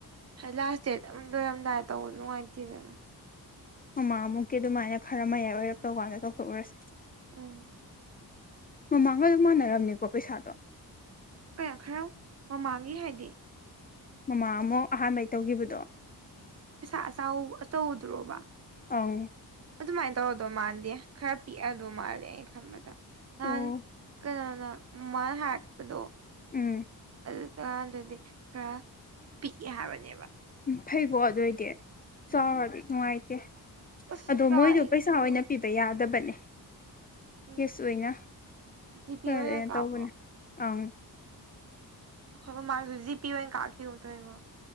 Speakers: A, on the right; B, on the left.
A: ꯍꯥꯏ ꯂꯥꯁ ꯗꯦꯠ ꯑꯝ ꯂꯣꯏꯔꯝꯗꯥꯏ ꯇꯧꯕ ꯅꯨꯡꯉꯥꯏꯇꯦꯗꯅ
B: ꯎꯝ ꯃꯥꯡꯃꯨꯛꯀꯤ ꯑꯗꯨꯃꯥꯏꯅ ꯈꯔ ꯃꯌꯥꯏ ꯑꯣꯏꯔꯞ ꯇꯧ ꯀꯥꯟꯗ ꯇꯧꯊꯣꯛꯎꯔꯁꯦ
A: ꯎꯝ
B: ꯃꯃꯥꯡꯒ ꯑꯗꯨꯝ ꯃꯥꯟꯅꯔꯔꯕꯅꯤꯀꯣ ꯄꯩꯁꯥꯗꯣ
A: ꯀꯌꯥꯝ ꯈꯔ ꯃꯃꯥꯡꯉ ꯍꯥꯏꯗꯤ
B: ꯃꯃꯥ ꯑꯃꯨꯛ ꯑꯍꯥꯟꯕꯩ ꯇꯧꯈꯤꯕꯗꯣ
A: ꯄꯩꯁꯥ ꯑꯆ ꯑꯆꯧꯗ꯭ꯔꯣꯕ
B: ꯑꯪ
A: ꯑꯗꯨꯃꯥꯏꯅ ꯇꯧꯔꯗꯣ ꯃꯥꯥꯟꯗꯦ ꯈꯔ ꯄꯤꯛꯑꯗꯧ ꯃꯥꯜꯂꯦ ꯑꯩꯅ ꯈꯟꯕꯗ ꯅꯍꯥꯟ
B: ꯑꯣ
A: ꯀꯅꯥꯅ ꯃꯥꯥꯏ ꯍꯥꯠꯄꯗꯣ
B: ꯎꯝ
A: ꯑꯗꯨꯀꯥꯟꯗꯗꯤ ꯈꯔ ꯄꯤꯛꯏ ꯍꯥꯏꯕꯅꯦꯕ
B: ꯎꯝ ꯐꯩꯀꯣ ꯑꯗꯨꯏꯗꯤ ꯆꯥꯎꯔꯗꯤ
A: ꯎꯝ
B: ꯅꯨꯡꯉꯥꯏꯇꯦ
A: ꯑꯁ
B: ꯑꯗꯣ
A: ꯇꯥꯔ
B: ꯃꯣꯏꯗ
A: ꯑꯩ
B: ꯄꯩꯁꯥ
A: ꯉꯝꯃꯣꯏꯗ
B: ꯑꯣꯏꯅ ꯄꯤꯕ ꯌꯥꯗꯕꯅꯦ
A: ꯎꯝ
B: ꯀꯦꯁ ꯑꯣꯏꯅ
A: ꯖꯤꯄꯦ
B: ꯐꯔ
A: ꯑꯣꯏꯅ ꯀꯥꯞꯄꯣ
B: ꯇꯧꯕꯅꯦ ꯑꯪ
A: ꯍ ꯃꯥꯥꯡꯁꯨ ꯖꯤ ꯄꯄꯤ ꯑꯣꯏꯅ ꯀꯥꯈꯤꯕꯣ ꯇꯣꯏꯉꯣ